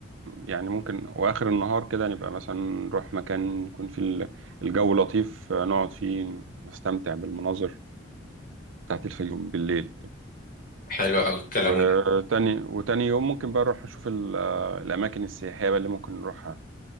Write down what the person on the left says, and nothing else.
حلو قوي الكلام
ده